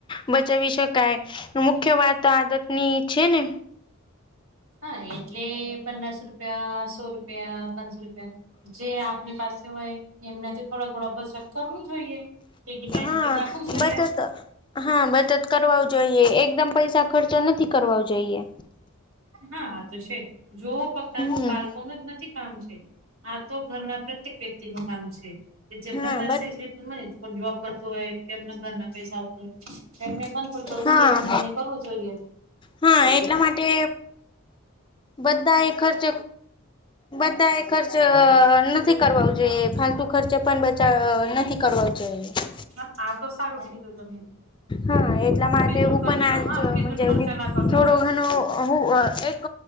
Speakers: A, on the left; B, on the right.
A: બચાવી શકાય મુખ્ય વાત આદતની છે ને
B: હા એટલે પન્નાસ રૂપિયા સો રૂપિયા પાંચસો રૂપિયા જે આપની પાસે હોય એમનાથી થોડા થોડા <unintelligible> કરવું જોઈએ તેથી બેંકમાં
A: હા
B: નાખવું જોઈએ
A: બચત હા બચત કરવા જોઈએ એકદમ પૈસા ખર્ચા નથી કરવા જોઈએ
B: હા તો છે જો ફક્ત
A: હમ
B: <unintelligible> બાળકો ન જ નથી <unintelligible> આ તો ઘરના પ્રત્યેક વ્યક્તિનું કામ છે કે જેમના
A: હા
B: પાસે
A: બ
B: મને વાપરતું હોય કે એમના ઘરના પૈસા એમને પણ થોડું થોડુંક
A: હા
B: સેવિંગ મને કરવું જોઈએ
A: હા એટલા માટે બધા એ ખર્ચ બધા એ ખર્ચ નથી કરવા જોઈએ ફાલતુ ખર્ચે પણ બચાવ નથી કરવો જો એ
B: હ આ તો સારુ કીધુ તમે
A: હા એટલા માટે
B: ફિઝુલ ખર્ચો
A: હું પણ
B: હા
A: આજ <unintelligible>
B: ફિઝુલ ખર્ચો ના કરવો
A: થોડો
B: જોઈએ.
A: ઘણો હું એક